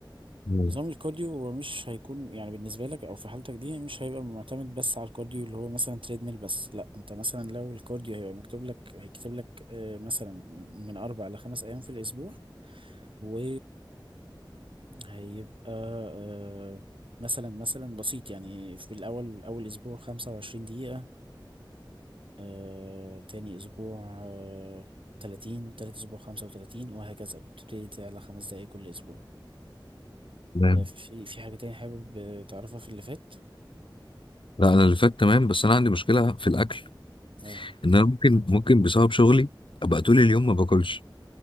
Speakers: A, on the left; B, on the right.
A: مم.
B: نظام الكارديو هو مش هيكون يعني بالنسبة لك أو في حالتك دي مش هيبقى معتمد بس على الكارديو اللي هو مثلا تريدميل بس لا أنت مثلا لو الكارديو هيبقى مكتوب لك هيكتب لك آه، مثلا من أربع لخمس أيام في الأسبوع و هيبقى آه، مثلا مثلا بسيط يعني في الأول أول أسبوع 25 دقيقة آه، تاني أسبوع آه، 30 تالت أسبوع 35 وهكذا بتبتدي تعلى خمس دقايق كل أسبوع
A: تمام
B: آه، في في حاجة تانية حابب آه، تعرفها في اللي فات؟
A: لا انا اللي فات تمام بس انا عندي مشكلة في الاكل
B: اه
A: ان انا ممكن ممكن بسبب شغلي ابقى طول اليوم ما باكلش